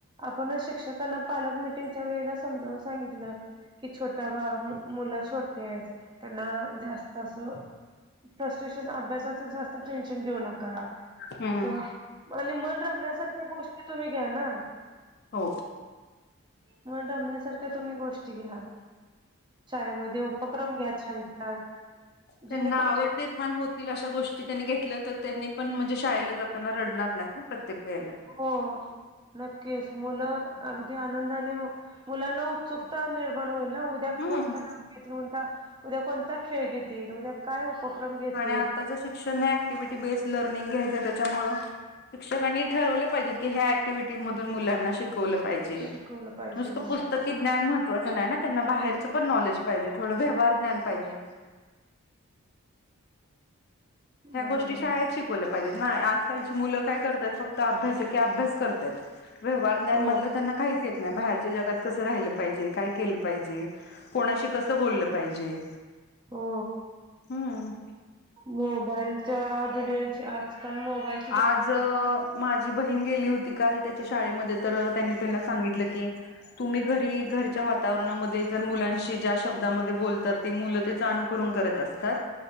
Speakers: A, on the right (about 20°); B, on the left (about 45°).
A: आपणच शिक्षकांना पालक मिीटिंगच्या वेळेला समजावून सांगितलं की छोटा मुलं छोटे आहेत त्यांना जास्त असं. फ्रस्ट्रेशन अभ्यासाचं जास्त टेन्शन देऊ नका. का
B: हम्म
A: तेंहा आणि मन रमण्यासारख्या गोष्टी तुम्ही घ्या ना.
B: हो.
A: मण रमण्यासारख्या तुम्ही गोष्टी घ्या. चाळेमध्ये उपक्रम घ्या छान छान. जेणेकरून
B: त्यांना आवड निर्माण होतील अशा गोष्टी त्यांनी घेतल्या तर त्यांनी पण म्हणजे शाळेला जात. ना रडणार नाही. प्रत्येक वेळीला.
A: हो नक्कीच मुलं. अगदी आनंदाने मुलांना उत्सुकता निर्माण होईल ना उद्या
B: हम्म
A: कोणता ना कोणता उद्या कोणता खेळ घेतील उद्या काय उपक्रम घेतील.
B: आणि आताचं शिक्षण ऍक्टिव्हिटी बेस्ट लर्निंग घ्यायचं त्याच्यामुळ शिक्षकांनी ठरवले पाहिजे की ह्या एक्टिव्हिटी मधून मुलांना शिकवा शिकवलं पाहिजे
A: शिकवलं पाहिजे
B: नुसत
A: हो
B: पुस्तकी ज्ञान महत्त्व नाही ना. त्यांना बाहेरचं पण नॉलेज पाहिजे थोडं व्यवहार ज्ञान पाहिजे. ह्या
A: बरोबर
B: गोष्टी शाळेत
A: आहे.
B: शिकवल्या पाहिजेत ना आजकालची मुलं काय करतात फक्त अभ्यास एक अभ्यास करतायेत व्यवहार ज्ञान
A: हो
B: मधल त्यांना काहीच येत नाही बाहेरच्या जगात कसं राहिलं पाहिजे काय केलं पाहिजे कोणाशी कसं बोललं पाहिजे.
A: हो
B: हम्म
A: मोबाईलच्या दुनियाची आजकाल मोबाइल
B: आज माझी बहीण गेली होती काल त्याच्या शाळेमध्ये तर त्यांनी त्यांना सांगितलं की तुम्ही घरी घरच्या वाता वातावरणामध्ये जर मुलांशी ज्या शब्दामध्ये बोलतात ते मुलं त्याच अनुकरण करत असतात.